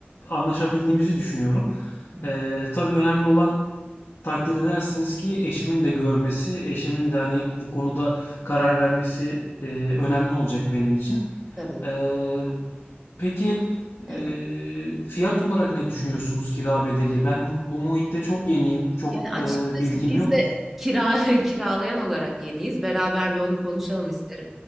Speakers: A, on the left (about 85°); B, in the centre.
A: anlaşabildiğimizi düşünüyorum.
B: hı.
A: Ee, tabii önemli olan takdir edersiniz ki eşimin de görmesi, eşimin de hani bu konuda karar vermesi e, önemli olacak benim için.
B: tabii.
A: Ee, Peki
B: Evet.
A: eee, fiyat olarak ne düşünüyorsunuz kira bedeli? Ben bu bu muhitte çok yeniyim. Çok
B: Yani açıkçası
A: eee, bilgim
B: biz
A: yok.
B: de kira <laughs> kiralayan olarak yeniyiz. Beraber bir onu konuşalım isterim.